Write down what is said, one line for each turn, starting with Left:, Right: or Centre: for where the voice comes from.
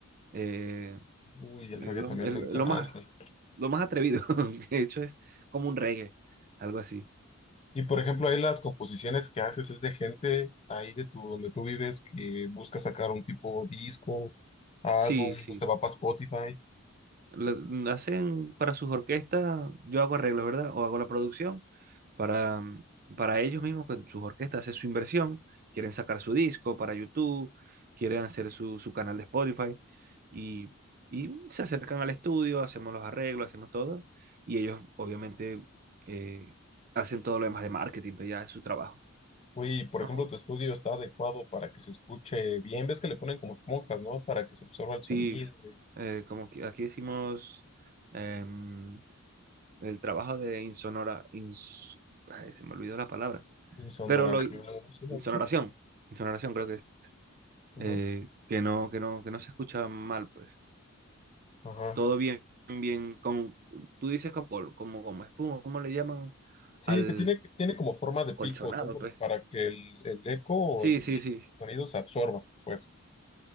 Right: eh,
Left: Uy, el
Right: eh,
Left: reggaetón
Right: lo,
Left: también
Right: el-
Left: me encanta.
Right: lo más, lo más atrevido <laughs> que he hecho es como un reggae, algo así.
Left: Y por ejemplo, ahí las composiciones que haces es de gente ahí de tu, donde tú vives que busca sacar un tipo disco, álbum,
Right: Sí, sí.
Left: o se va para Spotify.
Right: la- hacen para sus orquestas, yo hago arreglos, ¿verdad? O hago la producción para, para ellos mismos, con sus orquestas, hacen su inversión, quieren sacar su disco para YouTube, quieren hacer su, su canal de Spotify y, y se acercan al estudio, hacemos los arreglos, hacemos todo y ellos obviamente eh, hacen todo lo demás de marketing, pero ya es su trabajo,
Left: Uy, por
Right: ¿no?
Left: ejemplo,
Right: Como-
Left: tu estudio está adecuado para que se escuche bien. Ves que le ponen como esponjas, ¿no? Para que se absorba el sonido
Right: sí,
Left: y
Right: eh, como que aquí decimos... em, el trabajo de insonora, ins- ay, se me olvidó la palabra,
Left: insonoración,
Right: pero lo,
Left: ¿no? Sí, algo
Right: insonoración,
Left: así.
Right: insonoración creo que es,
Left: Ajá,
Right: eh, que no, que no, que no se escucha mal, pues,
Left: ajá.
Right: todo bien, bien, con, tú dices como, pol- como, como espuma, ¿cómo le llaman
Left: Sí,
Right: al
Left: que tiene, tiene como forma de pico,
Right: colchonado,
Left: ¿no? Porque-
Right: pues?
Left: Para que el, el eco o
Right: Sí,
Left: el
Right: sí, sí,
Left: sonido se absorba, pues.